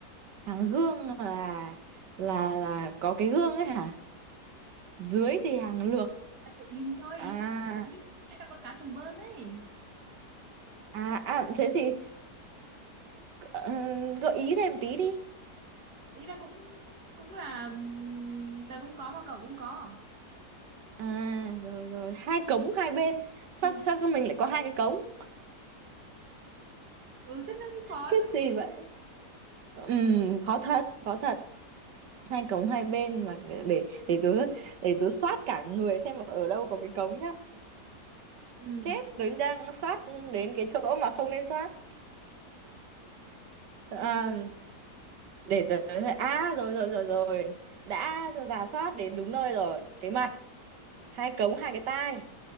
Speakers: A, on the right; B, on the right.
A: hàng gương là là là có cái gương ấy hả dưới thì hàng lược
B: À, tự nhiên thôi
A: à
B: ý là phải- ý- nãy là con cá thần bơn ấy
A: à, à thế thì ờ, gợi ý thêm tí đi
B: ý là cũng cũng là ừm, tớ cũng có mà cậu cũng có
A: à rồi rồi hai cống hai bên sao
B: ừ
A: sao mình lại có hai cái cống
B: ừ thế nó mới khó
A: cái
B: chứ
A: gì vậy Ừm, khó thật khó thật hai cống hai bên mà để để tớ để tớ soát cả người xem ở đâu có cái cống nhá
B: ừ
A: chết tớ đang soát đến cái chỗ mà không nên soát à,
B: ừ
A: để tớ à rồi rồi rồi rồi đã rà soát đến đúng nơi rồi cái mặt hai cống hai cái tai